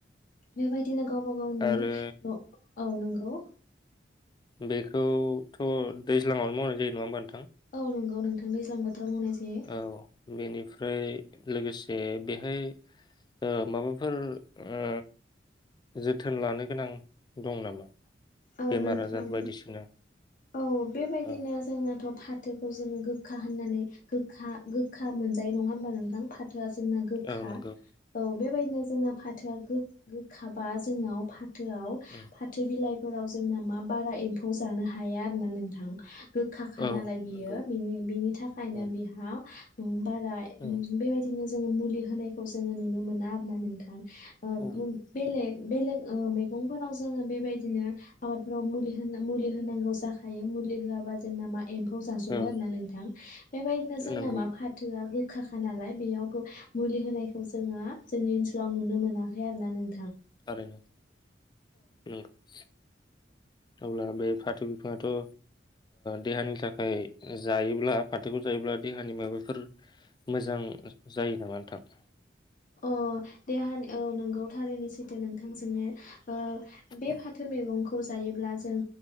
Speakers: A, on the left; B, on the left.
A: बेबायायदि नो गावबा गावनि
B: आरो
A: न औ नंगौ ।
B: बेखौथ' दैज्लाङावनो मावनाय जायो नङा होमब्ला
A: औ नंगौ । औ नोंथां दैज्लां बो मावनाय जायो ।
B: औ बेनिफ्राय लोगोसे बेहाय ओ माबाफोर ओ जोथोन लानो गोनां दं नामा?
A: औ
B: बेमार
A: नोंथां
B: आजार बायदिसिना
A: औ बेबायदिनो
B: औ
A: जोंनाथ' फाथोखौ जोङो गोखा होननानै गोखा गोखा मोनजायो नङा होमबा नोंथां फाथोआ जोंना गोखा
B: औ नंगौ
A: औ बेबायदिनो जोंना फाथोआ गोखाबा जोंनाव फाथोआव
B: उम
A: फाथो बिलाइ फोराव जोंना मा बारा एम्फौ जानो हाया आरो ना नोंथां । गोखाखा
B: औ
A: नालाय बियोनि
B: नंगौ
A: बेनि बेनि थाखायनो
B: औ
A: बिहा उम बारा उम
B: औ
A: बेबायदिनो जोङो मुलि होनायखौ जोङो नुनो मोना आरो ना नोंथां ।
B: औ
A: ओ बेलेग बेलेग ओ मैगंफोराव जोङो बेबायदिनो आबादफोराव मुलि मुलि होनांगौ जाखायो मुलि होआबा जोंना मा एम्फौ खौ जाजोबो
B: औ
A: आरोना नोंथां बेबायदिनो जोंना
B: नंगौ
A: मा फाथोआ काखा नालाय बेयाव मुलि होनाय जोङो जोंनि ओनसोलाव नुनो मोनो मोनाखै आरो ना नों
B: आरो नो <inaudible> अब्ला बे फाथो बिफाङाथ' ओ देहानि थाखाय जायोब्ला फाथोखौ जायोब्ला देहानि माबाफोर मोजां जायो नामा नोंथां?
A: अ' देहानि औ नंगौ थारैनो सैथो नोंथां सोंनाया । ओ बे
B: औ
A: फाथो मैगंखौ खौ जायोब्ला जों